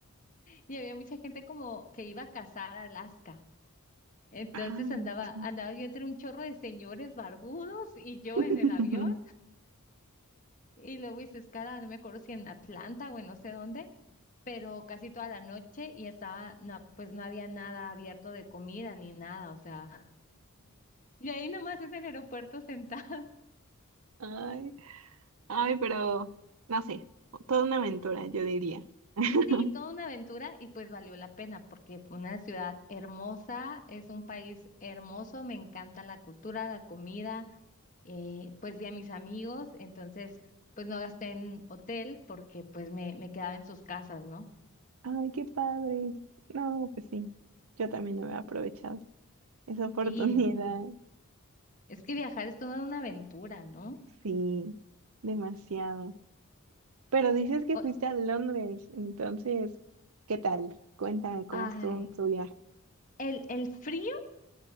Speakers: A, on the left; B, on the right.
A: Y había mucha gente como que iba a cazar a Alaska. Entonces
B: Ah,
A: andaba,
B: ok.
A: andaba yo entre un chorro de señores barbudos y yo
B: <laughs>
A: en el avión. Y luego hice escala, no me acuerdo si en Atlanta o en no sé dónde, pero casi toda la noche y estaba, no, pues no había nada abierto de comida ni nada, o sea. <laughs> Y ahí nomás en el aeropuerto <laughs> sentada.
B: Ay, ay, pero no sé, toda una aventura, yo diría. <laughs>
A: Sí, toda una aventura y pues valió la pena porque fue una ciudad hermosa, es un país hermoso, me encanta la cultura, la comida. eh, pues de a mis amigos, entonces pues no gasté en hotel porque pues me, me quedaba en sus casas, ¿no?
B: Ay, qué padre. No, pues sí, yo también no había aprovechado esa oportunidad,
A: Sí, no. Es que viajar es toda una aventura, ¿no?
B: <laughs> sí, demasiado. Pero dices que
A: O-
B: fuiste a Londres, entonces, ¿qué tal? Cuéntame cómo
A: ay,
B: estuvo tu viaje.
A: el, el frío